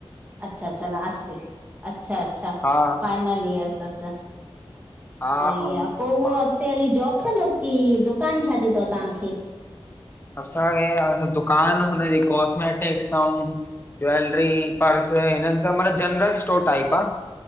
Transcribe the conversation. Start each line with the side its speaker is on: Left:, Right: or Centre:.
Right: अच्छा-अच्छा लास्ट ईयर अच्छा-अच्छा
Left: हा
Right: फाइनल ईयर तस।
Left: हा
Right: सई
Left: ऐं
Right: आ पो उयो
Left: मां
Right: अॻते हली जॉब कंदो की दुकान छा ॼी तव तांखे?
Left: असांखे दुकान हुनॼी कॉस्मेटिक, ज्वेलरी, पर्स हिनन मतलब जनरल स्टोर टाइप आ। -